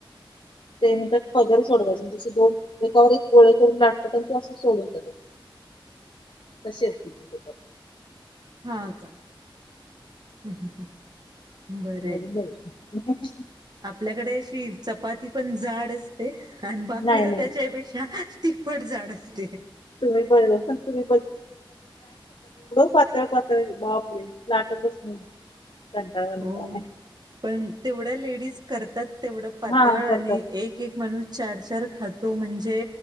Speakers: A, on the left; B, on the right.
A: ते म्हणतात. पदल सोडवायचे त्याचे दोन एकावर एक गोळे करून लाटतात आणि ते असं सोडवतात. कशी असते तुत.
B: <inaudible>
A: न.
B: बरं आपल्याकडे अशी चपाती पण जाड असते आणि बाकरी
A: नाही
B: तर
A: नाही
B: त्याच्यापेक्षा. तिखपट झाड असते.
A: तुम्ही ब तुम्ही पातल पातल वापरे लाट बसून घंटा
B: हो
A: का.
B: पण तेवढ्या लेडीज करतात तेवढं पातळ
A: हा करतात
B: आणि एक एक माणूस चार चार खातो म्हणजे